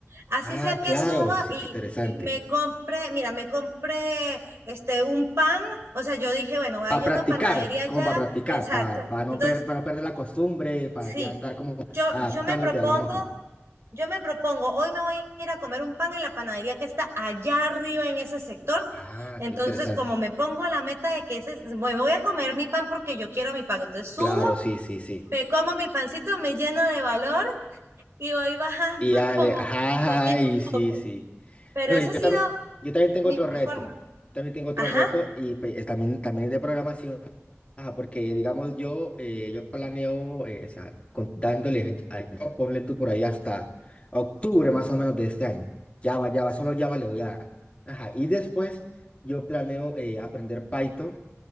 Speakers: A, on the right; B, on the left.
A: Así
B: Ah,
A: sea que
B: claro,
A: suba
B: sí,
A: y,
B: interesante.
A: y me compre, mira, me compré este, un pan, o sea, yo dije, bueno, hay
B: Para practicar,
A: una panadería allá,
B: como para practicar,
A: exacto.
B: para no,
A: Entonces,
B: per- pa no perder la costumbre, para
A: sí,
B: ya estar como
A: yo,
B: adaptándote
A: yo me propongo
B: a la moto.
A: yo me propongo, hoy me voy a ir a comer un pan en la panadería que está allá arriba en ese sector.
B: Ah,
A: Entonces,
B: qué interesante.
A: como me pongo la meta de que ese, me voy a comer mi pan porque yo quiero mi pan. Entonces subo,
B: Claro, sí, sí, sí.
A: me como mi pancito, me lleno de valor y voy bajando
B: Y Ale,
A: <laughs> como
B: ay,
A: poquito a
B: sí,
A: poco.
B: sí.
A: Pero
B: Bueno,
A: esa ha
B: yo
A: sido
B: también, yo también tengo
A: mi
B: otro reto.
A: forma.
B: También tengo otro
A: Ajá.
B: reto y pues, es también, también es de programación. Ajá, porque digamos yo, eh, yo planeo, eh, o sea, con- dándole, a- a- ponle tú por ahí hasta octubre más o menos de este año. Java, Java, solo Java le voy a dar. Ajá, y después yo planeo eh, aprender Python,